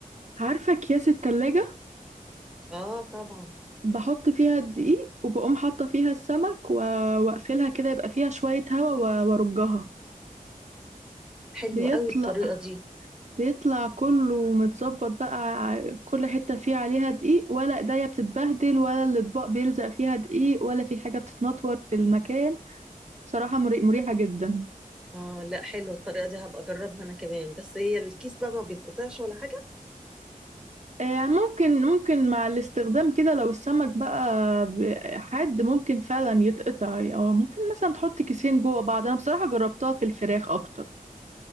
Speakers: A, on the right; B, in the centre.
A: عارفه اكياس التلاجة
B: اه طبعا
A: بحط فيها الدقيق وبقوم حاطه فيها السمك و- واقفلها كده يبقى فيها شويه هوا و- وارجها
B: حلوه
A: بيطلع
B: قوي الطريقه دي
A: بيطلع كله متظبط بقى ع- في كل حتة فيه عليها دقيق ولا ايديا بتتبهدل ولا الأطباق بيلزق فيها دقيق ولا في حاجة بتتنطور في المكان بصراحة مري- مريحة جدا
B: اه لا حلوه الطريقه دي هبقى اجربها انا كمان بس هي الكيس بقى ما بيتقطعش ولا حاجه
A: آه، يعني ممكن ممكن مع الاستخدام كده لو السمك بقى ب- حاد ممكن فعلا يتقطع او ممكن مثلا تحط كيسين جوه بعض انا بصراحة جربتها في الفراخ اكتر